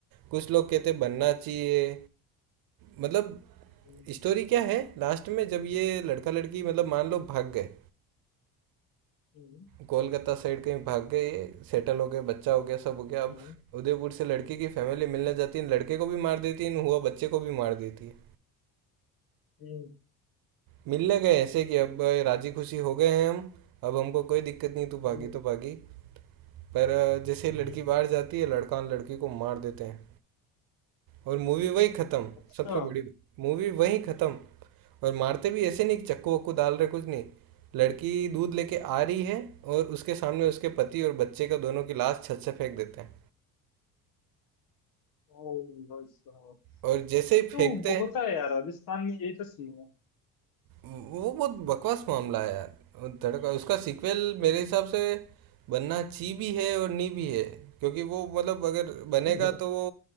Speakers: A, on the right; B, on the left.
A: कुछ लोग कहते बनना चाहिए मतलब
B: हम्म
A: स्टोरी क्या है लास्ट में जब ये लड़का लड़की मतलब मान लो भाग गए
B: हम्म
A: कोलकाता साइड कहीं भाग गए सेटल हो गए बच्चा हो गया सब हो गया अब
B: हम्म
A: उदयपुर से लड़की की फैमिली
B: हम्म,
A: मिलने जाती है लड़के को भी मार देती है इन हुआ बच्चे को भी मार देती है
B: हम्म,
A: मिलने गए ऐसे कि अब राजी खुशी हो गए हैं हम अब हमको कोई दिक्कत नहीं तू
B: हम्म,
A: भागी तो भागी पर जैसे लड़की
B: हम्म।
A: बाहर जाती है लड़का लड़की को मार देते हैं और मूवी वही खत्म
B: अच्छा
A: सबसे बड़ी मूवी वही खत्म और मारते भी ऐसे नहीं कि चक्कू वक्कू
B: अच्छा
A: डाल रहे कुछ नहीं लड़की दूध लेके आ रही है और उसके सामने उसके पति और बच्चे का दोनों की लाश छत से फेंक देते हैं
B: ओ भाई साहब
A: और जैसे ही फेंकते
B: तो
A: हैं
B: होता है यार राजस्थान में यही तो सीन है
A: वो बहुत बकवास मामला है यार वो धड़का उसका सीक्वल मेरे हिसाब से बनना ची भी है और नी भी है क्योंकि वो मतलब अगर बनेगा
B: <laughs>
A: तो वो